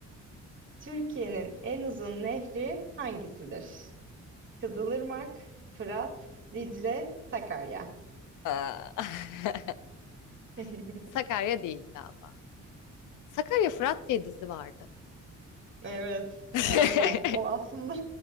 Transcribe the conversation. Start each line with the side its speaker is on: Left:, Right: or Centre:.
Right: Türkiye'nin en uzun nehri hangisidir? Kızılırmak, Fırat, Dicle, Sakarya.
Left: Aa.
Right: <laughs>
Left: <laughs> Sakarya değil galiba. Sakarya Fırat diye dizi vardı.
Right: Evet,
Left: <laughs>
Right: aynen. O aslında